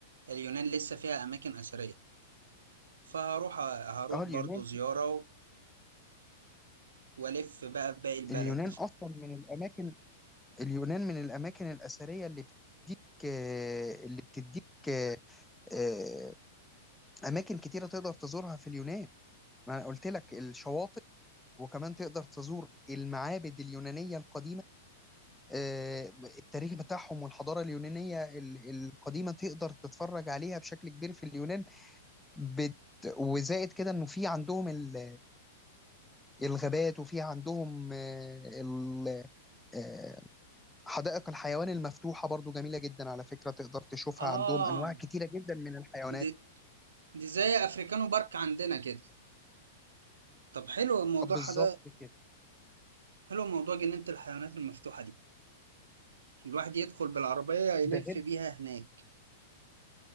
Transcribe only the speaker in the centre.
اه اليونان
اليونان اصلا من الاماكن اليونان من الاماكن الاثريه اللي بتديك آه، اللي بتديك آه، آه، اماكن كتيره تقدر تزورها في اليونان ما انا قلت لك الشواطئ وكمان تقدر تزور المعابد اليونانيه القديمه آه، التاريخ بتاعهم والحضاره اليونانيه ال- القديمه تقدر تتفرج عليها بشكل كبير في اليونان بت وزائد كده انه في عندهم ال- الغابات وفي عندهم آه، ال- آه، حدائق الحيوان المفتوحة برضو جميلة جدا على فكرة تقدر تشوفها
عندهم أنواع كتيرة جدا من الحيوانات
آه، بالظبط
كده
ده غير